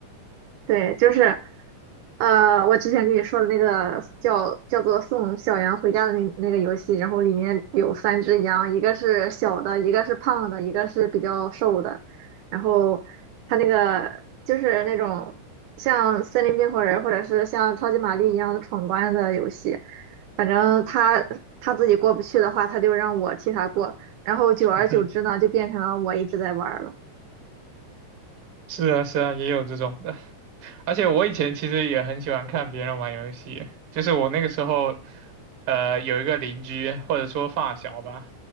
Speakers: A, on the right; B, on the right.
A: 对，就是，呃，我之前跟你说的那个叫叫做《送小羊回家》的那那个游戏，然后里面有三只羊，一个是小的，一个是胖的，一个是比较瘦的。然后它那个就是那种像森林冰火人或者是像超级玛丽一样的闯关的游戏，反正他他自己过不去的话，他就让我替他过，然后久而久之呢，
B: <laughs>
A: 就变成了我一直在玩儿了。
B: 是啊，是啊，也有这种的。而且我以前其实也很喜欢看别人玩游戏，就是我那个时候，呃，有一个邻居或者说发小吧，